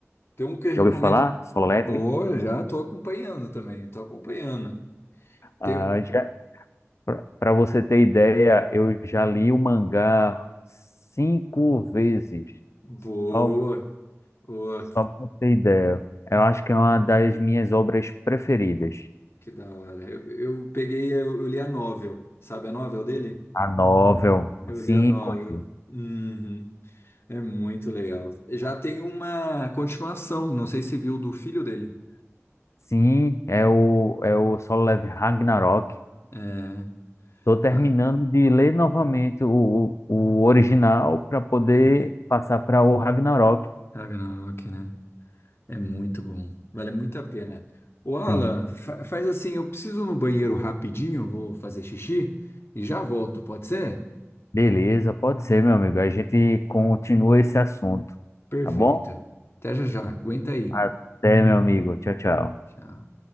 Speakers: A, on the left; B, on the left.
A: Tem um que eu recomendo.
B: Já ouviu falar? Solo Leveling?
A: Oh, já tô acompanhando também, tô acompanhando.
B: Ah,
A: Tem...
B: já, para você ter ideia, eu já li o mangá cinco vezes.
A: Boa,
B: Só,
A: boa,
B: só para ter ideia. Eu acho que é uma das minhas obras preferidas.
A: que da hora. Eu, eu peguei, eu, eu li a novel, sabe a novel dele?
B: A novel,
A: Eu
B: sim,
A: li a novel.
B: conheço.
A: Uhum. É muito legal. Já tem uma continuação, não sei se viu do filho dele.
B: sim, é o, é o Solo Leveling Ragnarok.
A: É.
B: Estou terminando
A: Tá.
B: de ler novamente o, o original para poder
A: Hum.
B: passar para o Ragnarok.
A: Ragnarok, né? É muito bom. Vale muito a pena. Ô, Alan,
B: Sim,
A: fa- faz assim, eu preciso ir no banheiro rapidinho, vou fazer xixi e já volto, pode ser?
B: beleza, pode ser, meu amigo. A gente continua esse assunto,
A: Perfeito.
B: tá bom?
A: Até já já. Aguenta aí.
B: Até, meu amigo. Tchau, tchau.
A: Tchau.